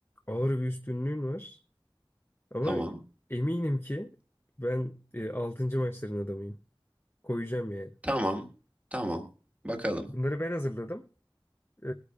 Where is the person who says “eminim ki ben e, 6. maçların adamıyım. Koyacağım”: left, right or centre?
Left